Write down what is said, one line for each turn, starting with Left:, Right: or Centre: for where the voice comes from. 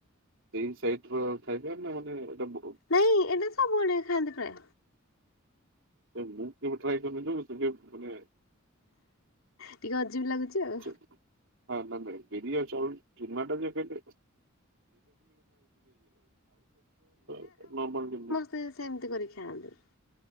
Right: ସେଇ ସାଇଟ ର ଖାଇବା ନା ମାନେ ଏଇଟାକୁ
Left: ନାଇଁ ଏଇଟା ସବୁଆଡେ ଖାଆନ୍ତି ପ୍ରାୟ।
Right: ନାଇଁ ମୁଁ କେବେ ଟ୍ରାଏ କରିନି ତ ମତେ ଟିକେ ଭଲ ଲାଗେନି।
Left: ଟିକେ ଅଜିବ ଲାଗୁଛି ଆଉ
Right: <inaudible> ହଁ ନ ବିରିୟା ଚାଉଳ ଚୁନାଟା ଯେ କେ। <unintelligible>
Left: ସେ ସେମିତି କରିକି ଖାଆନ୍ତି।